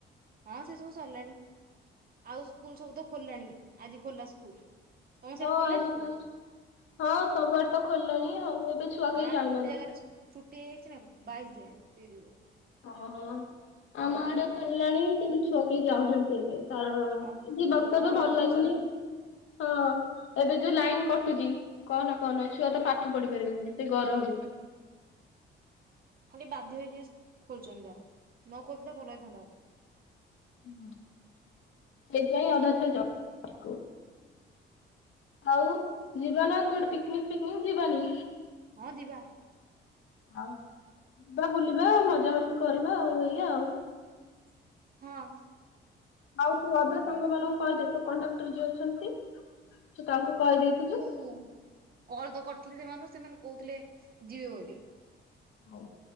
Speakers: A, on the right; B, on the left.
A: ହଁ ସେ ସବୁ ସରିଲାଣି ଆଉ ସ୍କୁଲ ସବୁ ତ ଖୋଲିଲାଣି ଆଜି ଖୋଲା ସ୍କୁଲ ତମ ସିଆଡେ
B: ହଁ
A: ଖୋଲିଲାଣି
B: ଆଜି
A: ସ୍କୁଲ?
B: ଫାଷ୍ଟ ହଁ ସବୁଆଡେ ତ ଖୋଲିଲାଣି ଆଉ ଏବେ ଛୁଆ କେହି
A: ନା ନା
B: ଯାଇନାହାନ୍ତି।
A: ଗୋଟେ ଜାଗାରେ ଛୁଟି ହେଇଛି ନା ବାଇଶ ଯାଏଁ ସେଇ ଯୋଗୁଁ
B: ଓହୋ ଆମା ଆଡେ ଖୋଲିଲାଣି କିନ୍ତୁ ଛୁଆ କେହି ଯାଉନାହାନ୍ତି ଏବେ କାରଣ
A: ଆଉ
B: ଯିବାକୁ ତ
A: ଗରମ
B: ଏବେ ଭଲ
A: ହଉଛି
B: ଲାଗୁନି ହଁ। ଏବେ ଯୋଉ ଲାଇନ କଟୁଛି କହ ନା କହ ନା ଛୁଆ ତ ପାଠ ପଢି ପାରିବେନି ସେ ଗରମ ରେ
A: ଖାଲି ବାଧ୍ୟ ହେଇକି ଖୋଲୁଛନ୍ତି ଯାହା ନ ଖୋଲିଥିଲେ ଭଲ ହେଇଥାନ୍ତା ଆଣ
B: ହୁଁ ସେଇଥିପାଇଁ ଅଧାଛୁଆ <inaudible> ଆଉ ଯିବାନା କୋଆଡ଼େ ପିକ୍ନିକ ଫିକନିକ ଯିବାନି?
A: ହଁ ଯିବା।
B: ଆଉ ଯିବା ବୁଲିବା ମଜା ମସ୍ତି କରିବା ଆଉ ଏଇଆ ଆଉ
A: ହଁ।
B: ଆଉ ତୁ ଅଧା ସାଙ୍ଗ ମାନଙ୍କୁ କହିଦେଇ ତୁ କଣ୍ଟ୍ରାକ୍ଟର ଯିଏ ଅଛନ୍ତି ତୁ ତାଙ୍କୁ କହିଦେଇଥିବୁ
A: ହୁଁ। କଲ୍ ତ କରିଥିଲି ସେମାନଙ୍କୁ ସେମାନେ କହୁଥିଲେ ଯିବେ ବୋଲି।
B: ହଉ